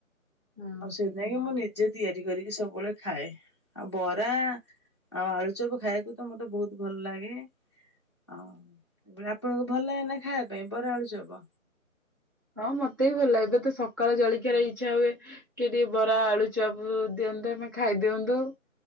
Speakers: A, on the right; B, on the left.
A: ହଁ।
B: ଆଉ ସେ ନେଇ ମୋ ନି ଜେ ତିଆରି କରିକି ସବୁବେଳେ ଖାଏ ଆଉ ବରା-ଆ ଆଉ ଆଳୁଚପ ଖାଇବାକୁ ତ ମତେ ବହୁତ ଭଲ ଲାଗେ ହଁ ବ୍ଲେ ଆପଣଙ୍କୁ ଭଲ ନା ଖାଇବା ପାଇଁ ବରା ଆଳୁଚପ୍
A: ହଁ ମତେ ବି ଭଲ ଲାଗେ ଏବେ ତ ସକାଳ ଜଳଖିଆର ଇଛା ହୁଏ କି ଦି ବରା ଆଳୁଚପ ଦି ନ୍ଦେ ଆମେ ଖାଇ ଦିଅନ୍ତୁ